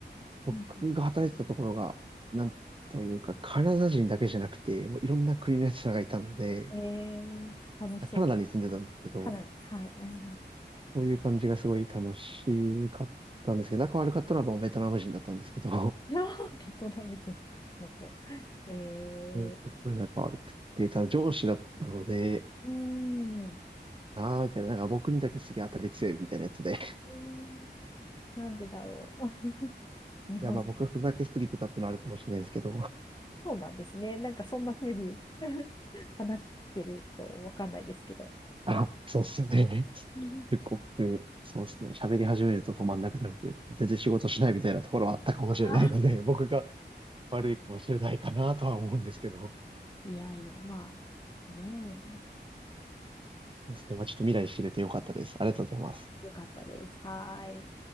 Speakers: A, on the right (about 30°); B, on the left (about 25°).
A: 僕が働いてたところが、
B: うん。
A: なんというか、カナダ人だけじゃなくて、もういろんな国のやつらがいたので、
B: うんえー、楽しそうです。
A: カナダに住んでたんですけど、
B: かなり、はい。うん、
A: そういう感じがすごい楽しかったんですけど、仲悪かったのはもうベトナム人だったんですけど、
B: <laughs> ベトナム人の子。えー、
A: えーと、すごいなんか悪くて、ただ上司だったので、
B: うん。
A: あーみたいな、なんか僕にだけすげえ当たり強いみたいなやつで。<laughs>
B: うんなんでだろう。あ、日本、
A: いや、まあ僕はふざけすぎてたっていうのはあるかもしれないですけど、
B: そうなんですね。なんかそんな風に <laughs> 話してるとわかんないですけど。
A: <laughs> あ、そうっすよね。
B: うん
A: <laughs> 結構僕、そうっすね。喋り始めると止まんなくなるというか、全然仕事しないみたいなところはあったかもしれないので、
B: あ、
A: <laughs> 僕が悪いかもしれないかなとは思うんですけど、
B: いやいや、まあ、ね
A: そうっすね。まあちょっと未来知れてよかったです。ありがとうございます。
B: え。よかったです。はーい。